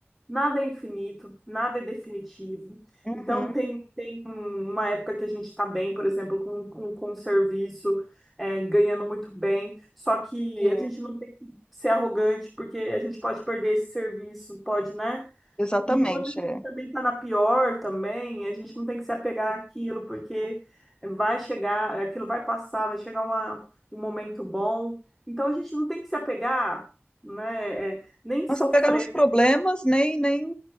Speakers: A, in the centre; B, on the left (about 20°).
A: nada é infinito, nada é definitivo.
B: Uhum,
A: Então tem, tem uma época que a gente está bem, por exemplo, com, com, com um serviço, é, ganhando muito bem, só que
B: sim,
A: a gente não tem que ser arrogante, porque a gente pode perder esse serviço, pode, né?
B: exatamente.
A: E quando a gente
B: É.
A: também tá na pior também, a gente não tem que se apegar àquilo, porque vai chegar, aquilo vai passar, vai chegar uma, um momento bom. Então a gente não tem que se apegar, né? é, nem
B: Não
A: sofrer.
B: é só pegar nos problemas, nem, nem